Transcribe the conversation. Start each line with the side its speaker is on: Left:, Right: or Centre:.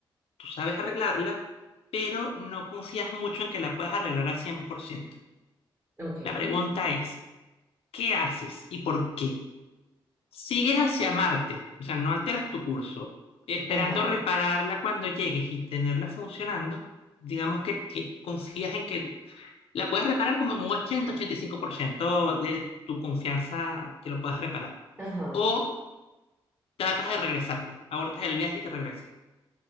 Left: tú sabes arreglarla, pero no confías mucho en que la puedas arreglar al 100%.
Right: Ok.
Left: La pregunta es, ¿Qué haces y por qué? Sigues hacia Marte, o sea, no alteras tu curso, esperando
Right: Ajá.
Left: repararla cuando llegues y tenerla funcionando. Digamos que ti- confías en que la puedes reparar como en un ochenta-ochenta y cinco por ciento de tu confianza que lo puedas reparar.
Right: Ajá.
Left: O tratas de regresarte, abortas el viaje y te regresas.